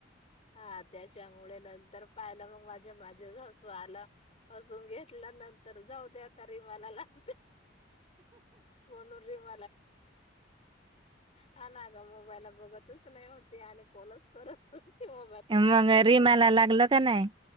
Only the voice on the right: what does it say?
मग रिमाला लागल का नाही